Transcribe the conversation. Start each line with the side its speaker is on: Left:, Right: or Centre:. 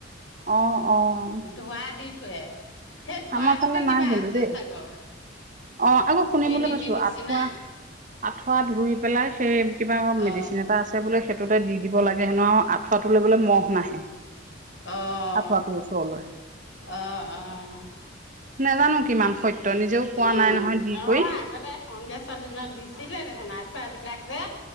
Right: অ', অ',
Left: ধোঁৱা দি ফুৰে, সেই ধোঁৱাটোতে
Right: আমাৰ ফালে
Left: কিবা
Right: নাই কিন্তু
Left: আছে
Right: দেই।
Left: চাগৈ।
Right: অ' আকৌ শুনিবলৈ
Left: দি দি
Right: পাইছো
Left: দি নিচিনা
Right: আঁঠুৱা আঁঠুৱা ধুই পেলাই, সেই কিবা
Left: অ
Right: মেডিচিন এটা আছে বোলে সেইটোতে দি দিব লাগে হেনো আৰু আঁঠুৱা তুলৈ <unintelligible> বোলে ম'হ নাহে।
Left: অহ',
Right: আঁঠুৱাটোৰ ওচৰলৈ।
Left: অহ', অহ'।
Right: নাজানো কিমান সত্য নিজেও পোৱা
Left: উম,
Right: নাই নহয় দি
Left: অ'
Right: কৰি।
Left: আগতে কংগ্ৰেছৰ দিনত দিছিলে দেখোন আঁঠুৱা বিলাক যে।